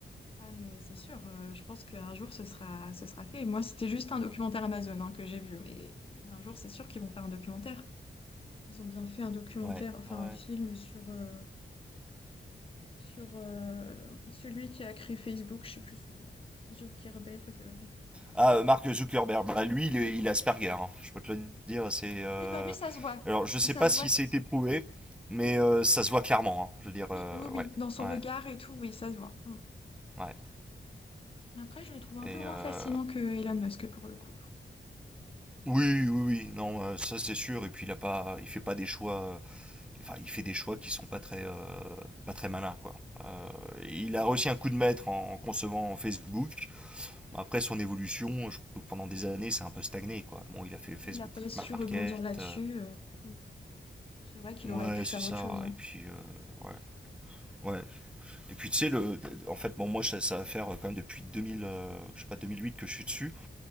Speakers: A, on the left; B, in the centre.
A: Ah mais c'est sûr, euh, je pense qu'un jour ce sera, ce sera fait. Moi c'était juste un documentaire Amazon hein, que j'ai vu, mais euh, un jour c'est sûr qu'ils vont faire un documentaire. Ils ont bien fait un documentaire,
B: Ouais.
A: enfin
B: Ouais.
A: un film sur, euh, sur euh, celui qui a créé Facebook, je sais plus son nom, Zuckerberg. euh,
B: Ah, euh, Mark Zuckerberg, bah, lui, il
A: Ouais.
B: est, il est Asperger, hein. Je peux te le dire, c'est... euh,
A: Oui, bah lui, ça se voit.
B: Alors, je sais
A: Ça
B: pas
A: se
B: si
A: voit que...
B: c'est été prouvé, mais euh, ça se voit clairement, hein. Je veux dire, euh,
A: Oui, oui, oui.
B: ouais,
A: Dans son
B: ouais,
A: regard et tout, oui, ça se voit. Mm.
B: ouais.
A: Après, je le trouve un
B: Et
A: peu moins
B: euh,
A: fascinant que Elon Musk pour le coup.
B: oui, oui, oui, non, euh, ça c'est sûr. Et puis il a pas, il fait pas des choix. euh, Enfin, il fait des choix qui sont pas très, euh, pas très malins, quoi. Euh, il a réussi un coup de maître en, concevant Facebook. Bon, Après son évolution, je trouve que pendant des années, c'est un peu stagné, quoi. Bon, il a fait Facebook
A: Il n'a pas su
B: Market.
A: rebondir là-dessus.
B: euh,
A: euh. Mm. C'est vrai qu'il
B: Ouais,
A: aurait pu faire
B: c'est ça.
A: autre chose, hein.
B: Et puis, euh, ouais. Ouais. Et puis tu sais, le, en fait, bon, moi, ça, ça va faire euh, quand même depuis 2000, euh, je sais pas, 2008 que je suis dessus.